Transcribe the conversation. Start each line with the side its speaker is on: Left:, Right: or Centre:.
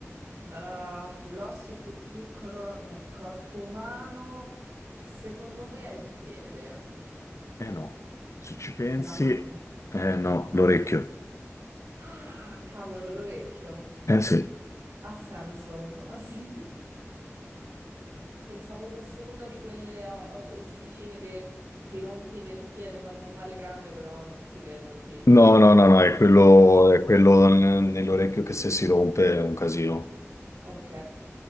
Right: Ah, l'osso più piccolo nel corpo umano, secondo me è il piede,
Left: Eh no, se ci pensi,
Right: è la mano.
Left: eh no, l'orecchio.
Right: Ah, cavolo, l'orecchio.
Left: Eh sì.
Right: Ha senso. <laughs> Ah, sì. Pensavo fosse una di quelle o- o- ossicine che ti rompi nel piede, fanno un male cane, però non si vedono, tipo.
Left: No, no, no, no, è quello, è quello n- nell'orecchio che se si rompe è un casino.
Right: Ok,